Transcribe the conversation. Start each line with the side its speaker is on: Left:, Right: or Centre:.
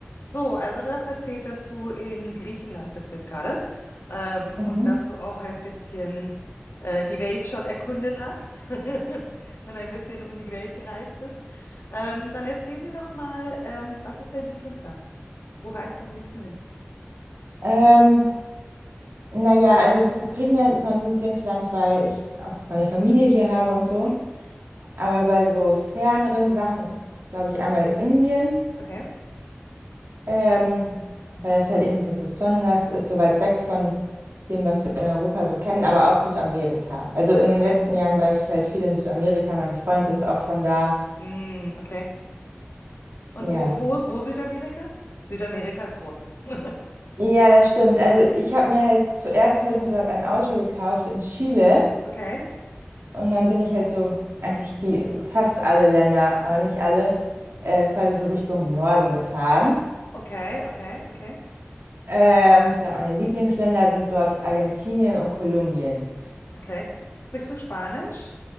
Left: So, also du hast erzählt, dass du in Griechenland bist jetzt gerade ähm, und
Right: Mhm.
Left: dass du auch ein bisschen äh, die Welt schon erkundet hast <laughs> und ein bisschen um die Welt gereist bist. Ähm, dann erzähl mir doch mal, ähm, was ist dein Lieblingsland? Wo reist du am liebsten hin?
Right: Ähm, naja, also gut, Griechenland ist mein Lieblingsland, weil ich auch meine Familie hier habe und so.
Left: Mhm.
Right: Aber bei so ferneren Sachen ist es, glaube ich, einmal Indien,
Left: Okay,
Right: ähm, weil es halt eben so besonders ist, so weit weg von dem, was wir in Europa so kennen, aber auch Südamerika. Also in
Left: okay.
Right: den letzten Jahren war ich halt viel in Südamerika, mein Freund ist auch von da.
Left: Mm, okay. Und
Right: Ja.
Left: wo, wo, wo Südamerika? Südamerika ist groß. <laughs>
Right: Ja, das stimmt. Also ich habe mir halt zuerst habe ich mir dort ein Auto gekauft in Chile.
Left: Okay,
Right: Und dann bin ich halt so, eigentlich die, fast alle Länder, aber nicht alle, äh, quasi so Richtung Norden gefahren.
Left: okay, okay, okay,
Right: Äh, und ich glaube, meine Lieblingsländer sind dort Argentinien und Kolumbien.
Left: okay. Sprichst du Spanisch?